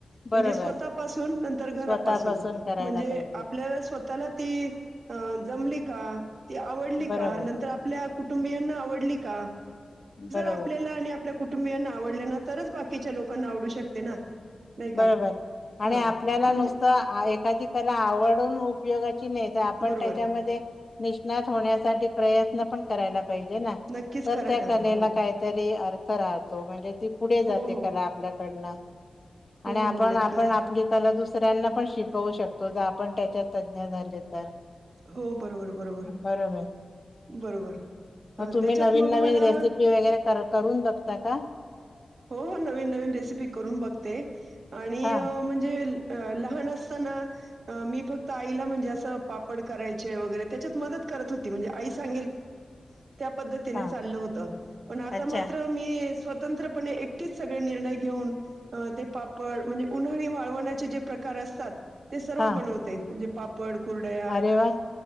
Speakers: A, on the left; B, on the right.
A: बरोबर
B: म्हणजे स्वतःपासून नंतर घरापासून
A: स्वतःपासून करायला
B: म्हणजे
A: पाहिजे.
B: आपल्याला ला ती जमली काी आवडली
A: बरोबर
B: का नंतर आपल्या कु कबिना आव का
A: बरोबर
B: आपल्या कु कुटुंबियांना आवडल्या ना तरच बाकीच्या लोकांना आवडू शकते ना नाही का?
A: बरोबर आणि
B: हां,
A: आपल्याला
B: म्हणजे
A: नुसतं एखादी कला आवडून उपयोगाची नेत आपण
B: बरोबर.
A: त्याच्यामध्ये निष्णात होण्यासाठी प्रयत्न पण करायला पाहिजे ना
B: नक्कीच
A: तर
B: करायला
A: त्या
B: हवे.
A: कलेला
B: हो.
A: काहीतरी अर्थ राहतो म्हणजे ती पुढे जाते
B: हो, हो.
A: कला आपल्याकडनं
B: हो,
A: आणि आपण
B: हो. नक्कीच.
A: आपण आपली कला दुस दुसऱ्यांना पण शिकवू शकतो ज आपण त्याच्यात तज्ञ झाले तर
B: हो बरोबर बरोबर
A: बरोबर
B: बरोबर
A: मग तुम्ही
B: त्याच्यात
A: नवीन
B: मग
A: नवीन
B: मला
A: रेसिपी वगैरे कर करून बघता का
B: हो हो नवीन नवीन रेसिपी करून बघते आणि
A: हा
B: म्हणजे अ लहान असताना मी फक्त आईला म्हणजे असं पा ड करायचे वगैरे त्याच्यात मदत करत होती म्हणजे आई सांगेल त्या पद्धतीने
A: हा
B: चाललं होत पण आता
A: अच्छा
B: मात्र मी स्वतंत्रपणे एकटीच सगळे निर्णय घेऊन अ ते पापड म्हणजे उन्हाळी वाळवण्याचे जे प्रकार असतात ते सर्व
A: हा
B: बनवते म्हणजे पापड कुर्डया
A: अरे वा